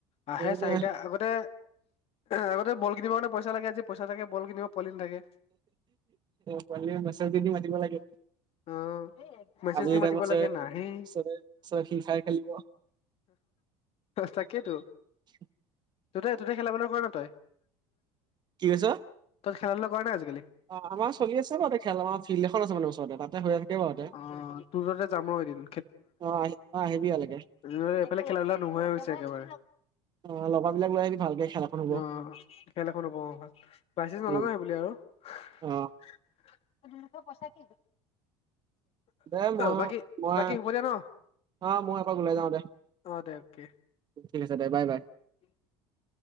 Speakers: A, on the left; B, on the right.
A: আহে
B: সেইটো
A: চাৰিটা আগতে আগতে বল কিনিব কাৰণে পইচা লাগে আজি পইচা থাকে বল কিনিব পোৱালী নাথাকে।
B: পোৱালিক মেচেজ দি দি মাতিব লাগে।
A: অ', মেছেজ
B: আবেলি
A: দি মাতিব
B: টাইমত চবে
A: লাগে নাহেই।
B: চবে চবে ফ্ৰী ফায়াৰ খেলিব
A: তাকেতো।
B: <inaudible>
A: তহঁতে তহঁতে খেলা ধূলা কৰা ন তই,
B: কি কৈছ
A: তই খেলা ধূলা কৰা নাই আজিকালি?
B: অ', আমাৰ চলি আছে বাৰু খেলনা আমাৰ ফিল্ড এখন আছে মানে ওচৰতে তাতে হৈ থাকে বাৰুতে।
A: অ', তোৰ তাতে যাম ৰ এদিন
B: অ' আহি অ', আহিবি ইয়ালেকে।
A: এ এইফালে খেলা ধূলা নোহোৱাই হৈছে একেবাৰে।
B: অ লগৰ বিলাক লৈ আহিবি ভালকে খেল এখন হ'ব
A: অ', খেল এখন হ'ব অ' হয় পাইচেছ নলগাই
B: উম
A: সেই বুলিয়ে আৰু।
B: অ'।
A: <inaudible>
B: দে মই
A: বাকী
B: মই
A: বাকী হ'ব দিয়া ন।
B: অ', মই এপাক ওলাই যাওঁ দে।
A: অ', দে অকে
B: ঠিক আছে দে বাই বাই।
A: <inaudible>